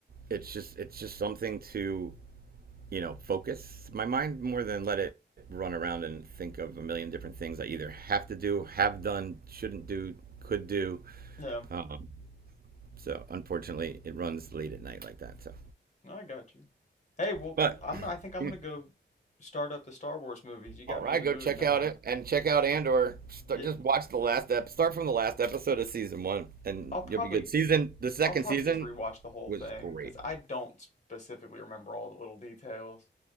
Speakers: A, on the right; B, on the left.
A: it's just it's just something to you know focus my mind more than let it run around and think of a million different things i either have to do have done shouldn't do could do
B: Yeah.
A: um so unfortunately it runs late at night like that so
B: No, I got you. Hey, well,
A: but
B: I'm I
A: <clears throat>
B: think I'm gonna
A: you
B: go start up the Star Wars movies. You got
A: All right,
B: me in the
A: go
B: mood
A: check
B: now.
A: out it and check out Andor. Start,
B: Yeah.
A: just watch the last ep. Start from the last episode of season one, and
B: I'll probably
A: you'll be good. Season the second
B: I'll probably
A: season
B: just rewatch the whole
A: was
B: thing
A: great.
B: because I don't specifically remember all the little details.